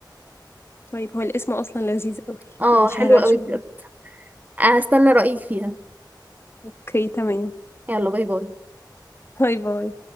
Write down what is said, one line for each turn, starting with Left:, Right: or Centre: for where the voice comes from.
Left: طيب هو الاسم اصلا لذيذ قوي
Right: اه
Left: ماشي
Right: حلوة
Left: هشوف
Right: قوي بجد هستنى رأيك فيها
Left: اوكي تمام
Right: يلا باي باي
Left: باي باي